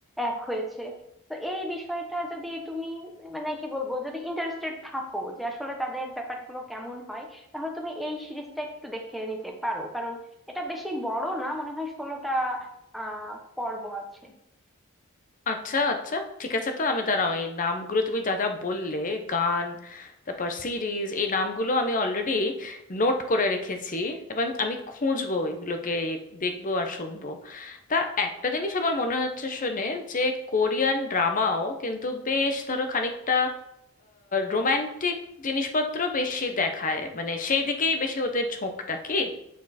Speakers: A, in the centre; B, on the left.
A: এক হয়েছে তো এই বিষয়টা যদি তুমি মানে কি বলবো যদি ইন্টারেস্টেড থাকো যে আসলে তাদের ব্যাপারগুলো কেমন হয় তাহলে তুমি এই সিরিজটা একটু দেখে নিতে পারো কারণ এটা বেশি বড় না মনে হয় ষোলোটা আহ পর্ব আছে
B: আচ্ছা আচ্ছা ঠিক আছে তো আমি দাঁড়াও এই নামগুলো তুমি যা যা বললে গান তারপর সিরিজ এই নামগুলো আমি অলরেডি নোট করে রেখেছি এবং আমি খুঁজবো এগুলোকে দেখবো আর শুনবো তা একটা জিনিস আমার মনে হচ্ছে শুনে যে কোরিয়ান ড্রামাও কিন্তু বেশ ধরো খানিকটা রোম্যান্টিক জিনিসপত্র বেশি দেখায় মানে সেই দিকেই বেশি ওদের ঝোঁকটা কি